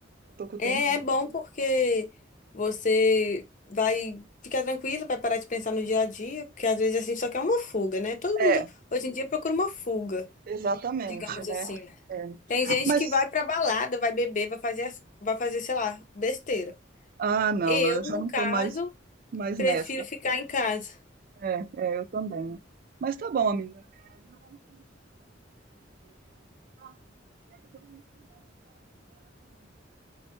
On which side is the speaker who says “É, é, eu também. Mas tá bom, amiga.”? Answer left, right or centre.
Right